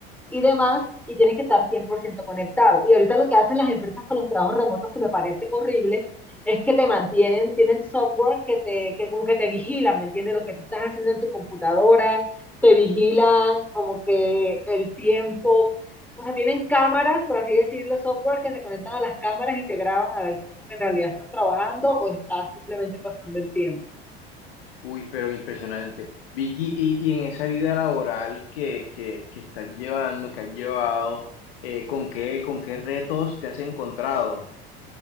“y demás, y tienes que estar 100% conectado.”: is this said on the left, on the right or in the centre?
Centre